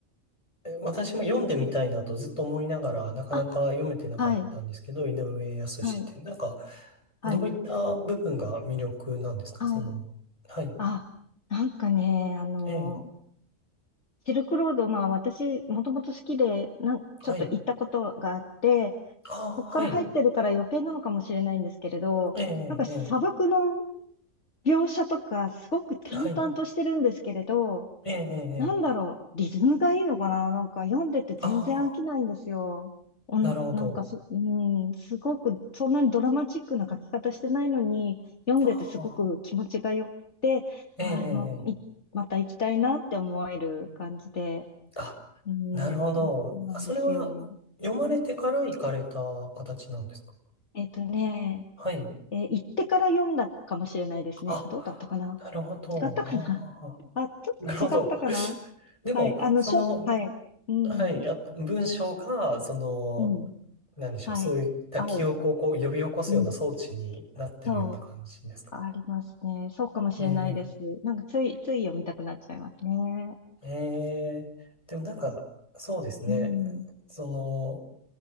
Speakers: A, on the left (about 25°); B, on the left (about 55°).
A: え私も読んでみたいなとずっと思いながら、なかなか読めてなかったんですけど、
B: あ、はい、
A: 井上靖って、
B: はい、
A: なんか、
B: はい、
A: どういった部分が魅力なんですかその、
B: はい。
A: はい。
B: あ、なんかね、あの、
A: ええ
B: シルクロード、まあ私、もともと好きで、なん、
A: はい。
B: ちょっと行ったことがあって、
A: ああ、
B: そこから入ってるから余計なのかもしれないんですけれど、
A: はい。えええ
B: なんか砂漠の描写とかすごく淡々としてるんですけれど、
A: えはい。ええええ
B: なんだろう、リズムがいいのかななんか読んでて全然飽きないんですよ。
A: あ
B: おん、
A: あ、なるほど。
B: なんかそ、うん、すごく、そんなにドラマチックな書き方してないのに、読んでてすごく気持ちが良くて、
A: ああ、ええええ
B: ああ、ま、いまた行きたいなって思える感じで、
A: あ、
B: うん、
A: なるほど。
B: なんですよ。
A: あそれは読まれてから行かれた形なんですか
B: えっとね、
A: はい。
B: えー行ってから読んだかもしれないですね。
A: あ、
B: どうだったかな
A: なるほど。
B: 違ったかな
A: あ
B: <laughs> あ、ちょっと違ったかな
A: あなるほど。<laughs> でも、
B: はい。あの、
A: その、
B: しょ、はい。うん。
A: はい、あ、文章が、その、
B: うん。
A: なんでしょう、
B: はい。
A: そういった記憶をこう呼び起こすような装置になってるような感じですか
B: 合う。うん。そう。ありますね。そうかもしれないです。
A: ええ、
B: なんか、つい、つい読みたくなっちゃいますね。
A: えーでもなんか、そうですね。
B: うん。
A: そ